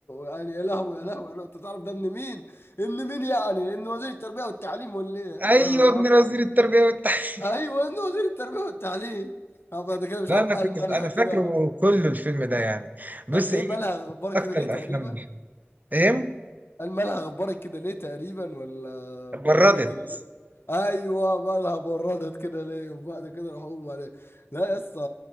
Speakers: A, on the left; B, on the right.
A: قال يا لهوي يا لهوي يا لهوي انت تعرف ده ابن مين؟ ابن مين يعني؟ ابن وزير التربيه والتعليم ولا ايه؟
B: ايوه
A: <laughs> راح مش
B: ابن
A: عارف
B: وزير التربيه والتعليم
A: ايوه انه وزير التربيه والتعليم هبقى
B: <laughs>
A: ده كده مش
B: لا
A: عارف
B: انا
A: قال
B: كنت
A: مالها
B: انا
A: كده
B: فاكره كل الفيلم ده يعني بص
A: قال ايه
B: ايه
A: مالها غبارك
B: اكتر
A: كده ليه
B: الافلام
A: تقريبا
B: اللي- ايه
A: قال مالها غبارك كده ليه تقريبا ولا
B: بردت
A: ظلمك كده ايوه مالها بردت كده ليه وبعد كده راح اقوم عليه لا يا اسطى